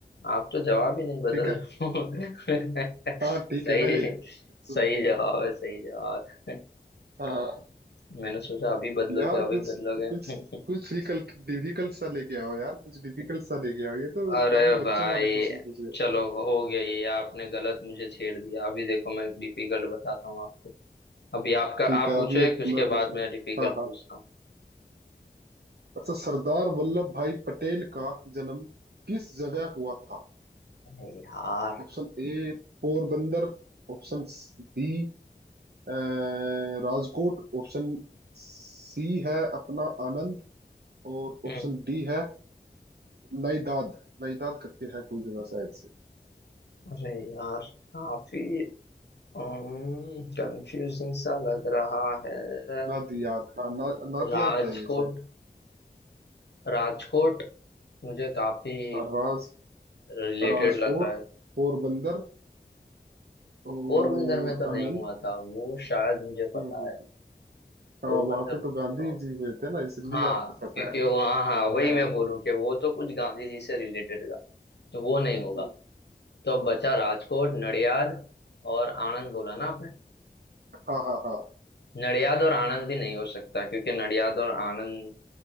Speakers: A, on the left; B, on the right.
A: आप तो जवाब ही नहीं बदल
B: ठीक है
A: रहे हो
B: हाँ ठीक
A: <laughs> सही
B: है ना ये बिल्कुल
A: सही जवाब है सही जवाब है।
B: हाँ हाँ, हाँ।
A: मैंने सोचा अभी बदलोगे
B: यार
A: अभी
B: कुछ
A: बदलोगे
B: कुछ कुछ डिफिकल्ट डिफिकल्ट सा लेके आओ यार कुछ डिफिकल्ट सा लेके आओ ये तो
A: अरे
B: काफी
A: भाई
B: बच्चों वाले क्वेश्चन पूछ रहे हो
A: चलो हो गया ये आपने गलत मुझे छेड़ दिया अभी देखो मैं डिफिकल्ट बताता हूँ आपको अभी आपका
B: ठीक
A: आप
B: है
A: पूछो
B: अभी
A: एक
B: एक
A: उसके
B: मैं पूछ
A: बाद
B: लूँ
A: मैं डिफिकल्ट
B: हाँ हाँ
A: पूछता हूँ
B: अच्छा सरदार वल्लभ भाई पटेल का जन्म किस जगह हुआ था
A: अरे यार
B: Option A Porbandar option B अ, राजकोट ऑप्शन सी है अपना आनंद और
A: हम्म,
B: ऑप्शन डी है नाइदाद नाइदाद करके है कोई जगह शायद से
A: अरे यार काफी कंफ्यूजिंग सा लग रहा है
B: नादियाद हाँ ना, नादियाद
A: राजकोट
B: है ये शायद
A: राजकोट मुझे काफी
B: हाँ राज
A: रिलेटेड
B: राजकोट
A: लग रहा है
B: पोरबंदर और
A: पोरबंदर में तो नहीं
B: आनंद
A: हुआ था वो शायद मुझे पता
B: हम्म हम्म,
A: है
B: हम्म। हाँ
A: पोरबंदर
B: वहां पे तो गांधी
A: तो
B: जी हुए थे ना इसलिए
A: हाँ
B: आपको पता
A: क्योंकि
B: है
A: वो हाँ हाँ वही
B: हाँ
A: मैं बोलूँ कि वो तो कुछ गांधी जी से रिलेटेड था तो वो नहीं होगा
B: हाँ
A: तो अब बचा राजकोट नडियाद और आनंद बोला ना आपने
B: हाँ हाँ हाँ
A: नडियाद और आनंद भी नहीं हो सकता क्योंकि नडियाद और आनंद